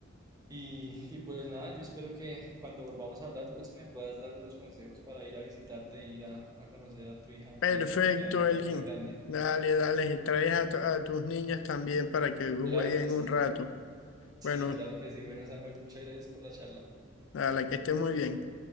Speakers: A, on the right (about 20°); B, on the left (about 75°).
A: y, y pues nada, yo espero que cuando volvamos a hablar, pues me puedas dar unos consejos para ir a visitarte, ir a, a conocer a tu hija
B: Perfecto,
A: que ya va a estar
B: Elkin.
A: muy grande.
B: Dale, dale. Traes a, tu- a tus niñas también para que jueguen
A: Claro que sí.
B: un rato.
A: Sí,
B: Bueno,
A: claro que sí. Bueno, Samuel, muchas gracias por la charla.
B: a la que esté muy bien.